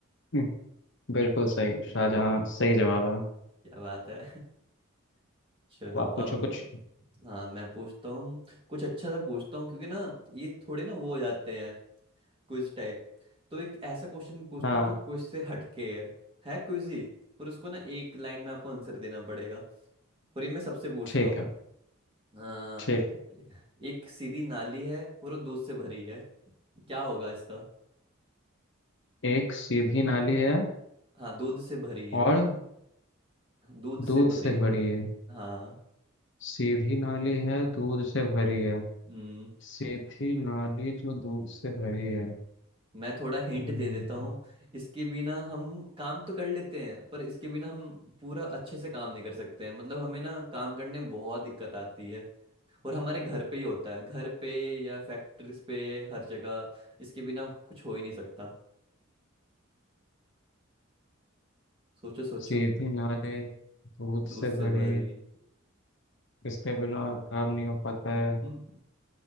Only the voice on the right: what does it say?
क्या
बात है <laughs> चलो
अब
हाँ मैं पूछता हूँ कुछ अच्छा सा पूछता हूँ क्योंकि ना ये थोड़े ना वो हो जाते हैं क्विज टाइप तो एक ऐसा क्वेश्चन पूछता
हूँ जो क्विज से हटके है है क्विज ही पर उसको ना एक लाइन में आपको आंसर देना पड़ेगा और ये मैं सबसे पूछता
हूँ
हाँ
एक सीधी नाली है और वो दूध से भरी है क्या होगा इसका
हाँ दूध से भरी है
दूध
से भरी
है
हाँ
हम्म
मैं थोड़ा हिंट
दे देता हूँ इसके बिना हम काम तो कर लेते हैं पर इसके बिना हम पूरा अच्छे से काम नहीं कर सकते हैं मतलब हमें ना काम करने में बहुत दिक्कत आती है और हमारे घर पे ही होता है घर पे या फैक्ट्रीज पे हर जगह इसके बिना कुछ हो ही नहीं सकता सोचो सोचो
दूध
से
भरी
हम्म,